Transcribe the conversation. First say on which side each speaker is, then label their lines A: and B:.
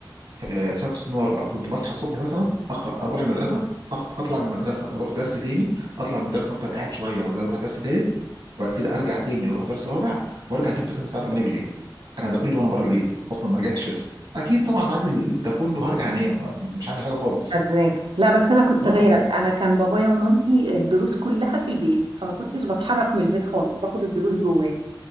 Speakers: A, on the right (about 65°); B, on the right (about 80°).
A: آه، سنه 2004 كنت بصحى الصبح مثلا أخ... اروح المدرسه أخ... اطلع من المدرسه اروح درس تاني اطلع من الدرس افضل قاعد شويه وبعدين اروح درس تالت وبعد كده ارجع تاني اروح درس رابع وارجع البيت مثلا الساعه 8 بالليل انا ده كله وانا بره البيت اصلا ما رجعتش لسه اكيد طبعا بعد ال... ده كله هرجع انام مش هعمل حاجه خالص
B: مش هتذاكر لا بس انا كنت
A: اه
B: غيرك
A: لا
B: انا كان بابايا ومامتي الدروس كلها في البيت فما كنتش بتحرك من البيت خالص باخد الدروس جواه